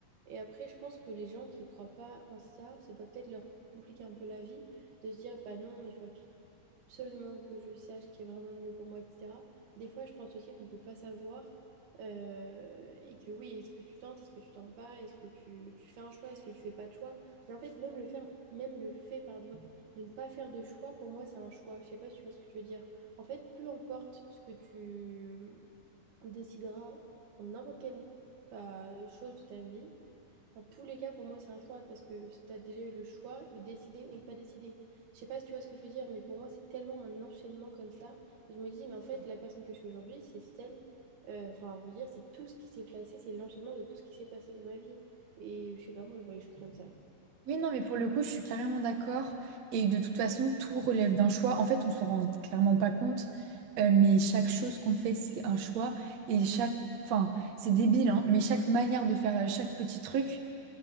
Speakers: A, on the right; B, on the right.
A: Et après, je pense que les gens qui croient pas en ça, ça doit peut-être leur compliquer un peu la vie de se dire, bah non, il faut absolument que je sache ce qui est vraiment le mieux pour moi, etc. Des fois, je pense aussi qu'on ne peut pas savoir euh, et que oui, est-ce que tu tentes, est-ce que tu tentes pas, est-ce que tu, tu fais un choix, est-ce que tu fais pas de choix. Mais en fait, même le faire, même le fait, pardon, de ne pas faire de choix, pour moi, c'est un choix. Je sais pas si tu vois ce que je veux dire. En fait, peu importe ce que tu hum, décideras pour n'importe quelle bah, chose de ta vie, dans tous les cas, pour moi, c'est un choix parce que tu as déjà eu le choix de décider ou ne pas décider. Je sais pas si tu vois ce que je veux dire, mais pour moi, c'est tellement un enchaînement comme ça. Et je me dis, mais en fait, la personne que je suis aujourd'hui, c'est celle, euh, enfin, je veux dire, c'est tout ce qui s'est passé, c'est l'enchaînement de tout ce qui s'est passé dans ma vie. Et je sais pas, moi, je vois les choses comme ça.
B: Oui, non, mais pour le coup, je suis carrément d'accord. Et de toute façon, tout relève d'un choix. En fait, on s'en rend clairement pas compte, euh, mais chaque chose qu'on fait, c'est un choix. Et chaque, enfin, c'est débile, hein, mais chaque manière de faire euh, chaque petit truc,